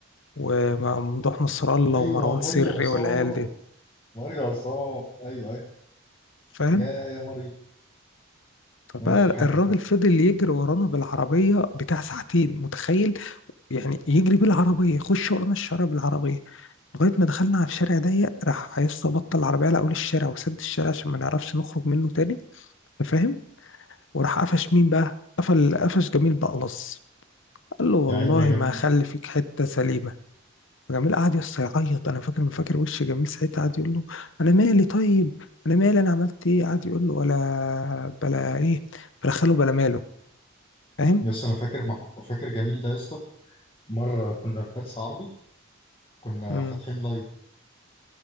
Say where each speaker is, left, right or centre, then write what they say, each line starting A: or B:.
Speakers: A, on the left; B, on the left.
A: وممدوح نصر الله
B: ايوه
A: ومروان
B: ماريو
A: سري
B: عصام
A: والعيال دي
B: ماريو عصام ايوه ايوه
A: فاهم
B: يا يا ماريو
A: فبقى
B: ماشي كمل
A: الراجل
B: كمل
A: فضل يجري ورانا بالعربية بتاع ساعتين متخيل يعني يجري بالعربية يخش ورانا الشارع بالعربية لغاية ما دخلنا على الشارع ضيق راح عايز بطل العربية على أول الشارع وسد الشارع عشان ما نعرفش نخرج منه تاني أنت فاهم وراح قفش مين بقى قفل قفش جميل بألص قال له والله
B: يا عيني يا جميل
A: ما هخلي فيك حتة سليمة جميل قعد يس يعيط انا فاكر فاكر وش جميل ساعتها قعد يقول له انا مالي طيب انا مالي انا عملت ايه قعد يقول له ولا بلا ايه بلا خاله بلا ماله فاهم
B: يا اسطى انا فاكر مح... فاكر جميل ده يا اسطى مرة كنا في درس عربي كنا
A: امم
B: فاتحين لايف